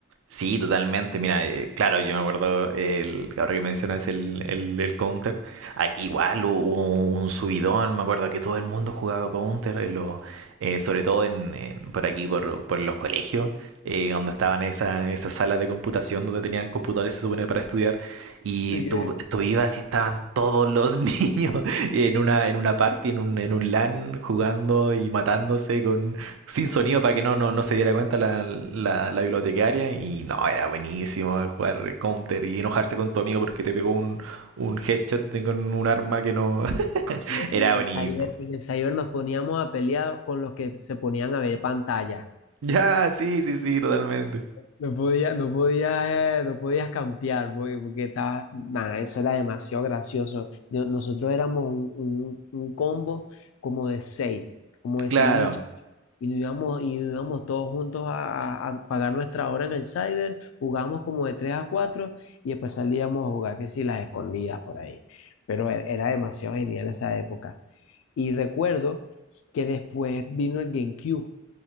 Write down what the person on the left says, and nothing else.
Ok.
Y En
el cyber, en el cyber nos poníamos a pelear con los que se ponían a ver pantalla.
No podía, no podías eh, no podías cambiar porque, porque estabas, nada, eso era demasiado gracioso. Yo- nosotros éramos un, un- un combo como de seis, como de
seis muchachos. Y nos íbamos, y nos íbamos todos juntos a, a- a pagar nuestra hora en el cyber, jugábamos como de tres a cuatro y después salíamos a jugar, que si las escondidas por ahí. Pero era, era demasiado genial esa época. Y recuerdo que después vino el GameCube.